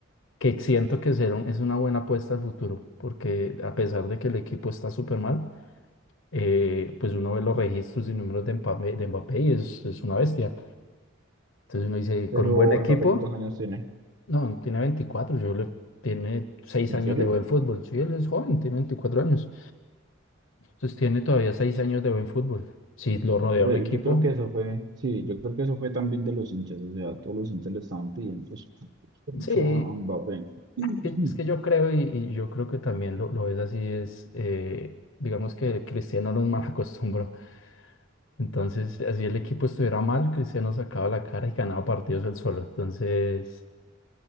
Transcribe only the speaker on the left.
que siento que será un- es una buena apuesta al futuro, porque a pesar de que el equipo está súper mal, eh, pues uno ve los registros y números de Mbappé, de Mbappé y es, es una bestia. Entonces uno dice,
con un buen equipo,
no, tiene 24, yo le, tiene 6
años
de buen fútbol. Sí, él es joven, tiene 24 años. Entonces tiene todavía 6 años de buen fútbol. Si lo rodea
un equipo,
sí,
que- es que yo creo y, y yo creo que también lo, lo es así, es, eh, digamos que Cristiano nos mal <laughs> acostumbró. Entonces, así el equipo estuviera mal, Cristiano sacaba la cara y ganaba partidos él solo. Entonces...